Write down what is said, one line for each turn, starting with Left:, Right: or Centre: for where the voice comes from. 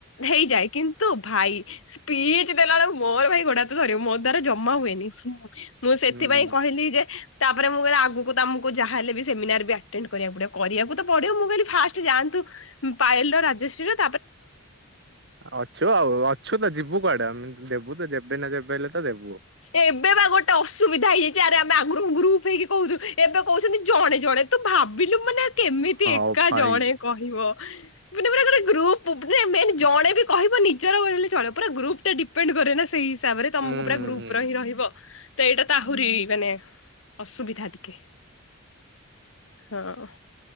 Left: ହେଇଯାଏ ।କିନ୍ତୁ ଭାଇ ସ୍ପିଚ ଦେଲା ବେଳକୁ ମୋର ଭାଇ ଗୋଡ଼ ହାତ ଥରିବା ମୋ ଦ୍ଵାରା । ଜମା ହୁଏନି ମୁଁ ସେଥିପାଇଁ
Right: ହୁଁ
Left: କହିଲି ଯେ । ତାପରେ ମୁଁ କହିଲି ଆଗକୁ ତ ଆମକୁ ଯାହା ହେଲେ ବି ସେମିନାର ବି ଆଟେଣ୍ଡ କରିବାକୁ ପଡିବ କରିବାକୁ ତ ପଡିବ ମୁଁ କହିଲି ଫାଷ୍ଟ ଯାଆନ୍ତୁ । ପାଏଲ ର ରାଜଶ୍ରୀ ର ।
Right: ଅଛୁ ଆଉ ଅଛୁ ତ ଯିବୁ କୁଆଡେ ଆମେ ଦେବୁ ତ ଯେବେ ନା ଯେବେ ହେଲେ ତ ଦେବୁ ଆଉ।
Left: ଏବେ ବା ଗୋଟେ ଅସୁବିଧା ହେଇଯାଇଛି ଆରେ ଆମେ ଆଗରୁ ଗ୍ରୁପ୍ ହେଇକି କହୁଥିଲୁ ଏବେ କହୁଛନ୍ତି ଜଣେ ଜଣେ। ତୁ ଭାବିଲୁ ମାନେ କେମିତି
Right: ହଉ
Left: ଏକା
Right: ଭାଇ।
Left: ଜଣେ କହିବ । ଗ୍ରୁପ୍ ପ୍ରୁପ ରେ ମେନ୍ ଜଣେ ବି କହିବ ନିଜ ରହିଲେ ଚଳିବ ପୁରା ଗ୍ରୁପ ଟା ଡିପେଣ୍ଡ କରେ ନା ସେଇ। ହିସାବରେ ତମକୁ
Right: ହୁଁ
Left: ପୁରା
Right: ହୁଁ
Left: ଗ୍ରୁପ । ଥିବ ତ ଏଇଟା ତ ଆହୁରି ମାନେ ଅସୁବିଧା ଟିକେ । ହଁ ।